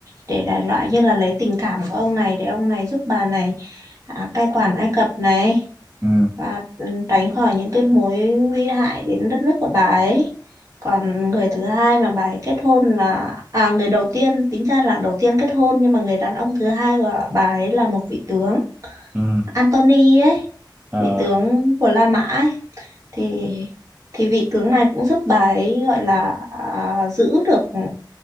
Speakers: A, on the right; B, on the right.
A: để đại loại như là lấy tình cảm của ông này để ông này giúp bà này à, cai quản Ai Cập này
B: ừ
A: và ừ, tránh khỏi những cái mối nguy hại đến đất nước của bà ấy còn người thứ hai mà bà ấy kết hôn là à người đầu tiên tính ra là đầu tiên kết hôn nhưng mà người đàn ông thứ hai của bà ấy là một vị tướng
B: ừ
A: Antony ấy
B: à,
A: vị tướng của La Mã ấy thì thì vị tướng này cũng giúp bà ấy gọi là à, giữ được ừ,